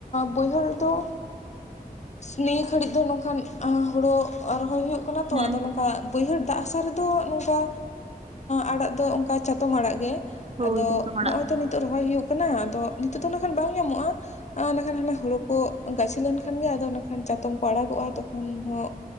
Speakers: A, on the left; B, on the right.
A: ᱵᱟᱹᱭᱦᱟᱹᱲ ᱨᱮᱫᱚ ᱱᱤᱭᱟᱹ ᱜᱷᱟᱹᱲᱤᱡ ᱫᱚ ᱱᱚᱝᱠᱟᱱ ᱦᱳᱲᱳ ᱨᱚᱦᱚᱭ ᱦᱳᱭᱳᱜ ᱠᱟᱱᱟ ᱛᱚ᱾
B: ᱦᱮᱸ
A: ᱟᱫᱚ ᱱᱚᱝᱠᱟ ᱵᱟᱹᱭᱦᱟᱹᱲ ᱫᱟᱜ ᱦᱟᱥᱟ ᱨᱮ ᱫᱚ ᱱᱚᱝᱠᱟ ᱟᱲᱟᱜ ᱫᱚ ᱚᱝᱠᱟ ᱪᱟᱛᱚᱢ ᱟᱲᱟᱜ ᱜᱮ᱾
B: ᱦᱳᱭ
A: ᱟᱫᱚ
B: ᱡᱚᱛᱚ ᱦᱚᱲᱟᱜ
A: ᱱᱚᱸᱜ-ᱚᱭ ᱛᱚ ᱱᱤᱛ ᱱᱤᱛᱳᱜ ᱨᱚᱦᱚᱭ ᱦᱩᱭᱩᱜ ᱠᱟᱱᱟ ᱟᱫᱚ ᱱᱤᱛᱳᱜ ᱫᱚ ᱱᱟᱜ ᱠᱷᱟᱱ ᱵᱟᱝ ᱧᱟᱢᱚᱜᱼᱟ᱾ ᱟᱸᱻ ᱱᱟᱜ ᱠᱷᱟᱱ ᱦᱟᱱᱮ ᱦᱳᱲᱳ ᱠᱚ ᱜᱟᱹᱪᱷᱤ ᱞᱮᱱᱠᱷᱟᱱ ᱜᱮ ᱟᱫᱚ ᱮᱱᱮ ᱠᱷᱟᱱ ᱪᱟᱛᱚᱢ ᱠᱚ ᱟᱲᱟᱜᱚᱜ-ᱟ᱾ ᱛᱚᱠᱷᱚᱱ ᱦᱚᱸ